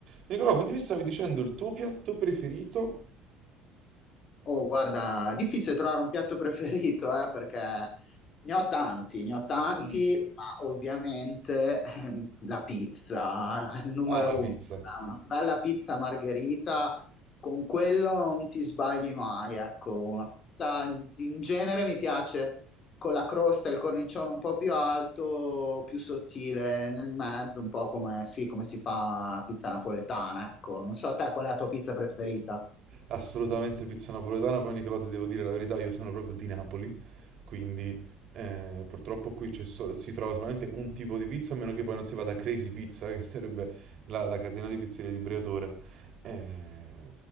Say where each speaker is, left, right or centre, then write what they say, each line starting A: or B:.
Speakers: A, on the right; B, on the left.
A: Nicolò, quindi mi stavi dicendo il tuo piatto preferito?
B: Oh, guarda, difficile trovare un piatto preferito, eh, perché ne ho tanti, ne ho tanti,
A: Mm.
B: ma ovviamente <laughs> ehm, la pizza, il numero
A: Ah, la pizza.
B: uno. Ah, Una bella pizza margherita, con quello non ti sbagli mai, ecco. Una pizza in in genere mi piace con la crosta e il cornicione un po' più alto, più sottile nel mezzo, un po' come, sì, come si fa la pizza napoletana, ecco. Non so te qual è la tua pizza preferita.
A: assolutamente pizza napoletana. Poi, Nicolò, ti devo dire la verità, io sono proprio di Napoli, quindi eh, purtroppo qui c'è so- si trova solamente un tipo di pizza, a meno che poi non si vada a Crazy Pizza, che sarebbe la, la catena di pizzerie di Briatore. Eh,